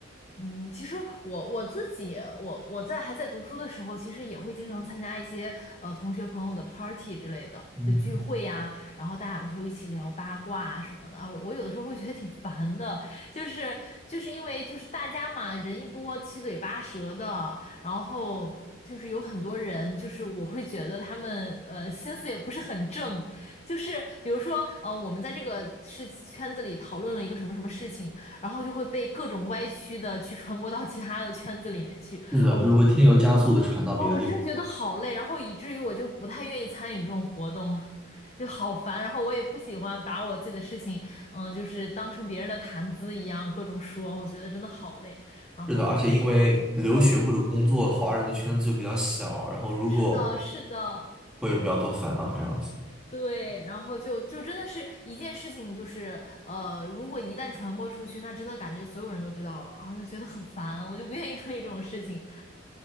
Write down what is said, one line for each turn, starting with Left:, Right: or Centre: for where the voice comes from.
Left: 嗯，其实我我自己，我我在还在读书的时候，其实也会经常参加一些呃同学朋友的 party 之类的，
Centre: 嗯，
Left: 就聚会呀、然后大家有时候一起聊八卦啊什么的啊，我有的时候会觉得挺烦的，就是就是因为就是大家嘛，人一多七嘴八舌的，然后就是有很多人，就是我会觉得他们呃心思也不是很正，就是比如说，呃，我们在这个事圈子里讨论了一个什么什么事情，然后就会被各种歪曲的去传播到其他的圈子里面去。
Centre: 是的，
Left: 哦，
Centre: 就是会添油加醋的传到别的地方。
Left: 我就哦，我真的觉得好累，然后以至于我就不太愿意参与这种活动，<laughs> 就好烦。然后我也不喜欢把我自己的事情，嗯，就是当成别人的谈资一样各种说，我觉得真的好累。然后所以
Centre: 是的，而且因为留学或者工作，
Left: 对，
Centre: 华人的圈子就比较小，然后如果
Left: 是的，是的。
Centre: 会有比较多烦恼这样子。
Left: 对，然后就就真的是一件事情，就是呃，如果一旦传播出去，那真的感觉所有人都知道了，然后就觉得很烦，我就不愿意处理这种事情。